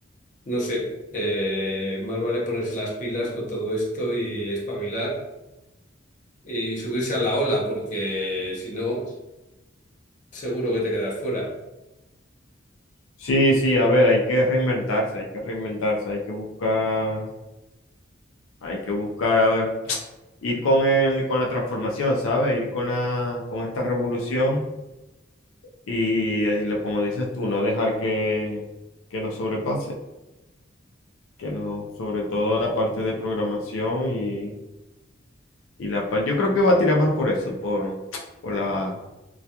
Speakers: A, on the left; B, on the left.
A: no sé, eh, más vale ponerse las pilas con todo esto y espabilar y subirse a la ola, porque si no, seguro que te quedas fuera.
B: Sí, sí, a ver, hay que reinventarse, hay que reinventarse, hay que buscar Hay que buscar, a ver, ir con el, con la transformación, ¿sabes? Ir con la, con esta revolución y, eh, lo- como dices tú, no dejar que, que nos sobrepase, que no, sobre todo la parte de programación y, y la parte, yo creo que va a tirar más por eso, por, por la,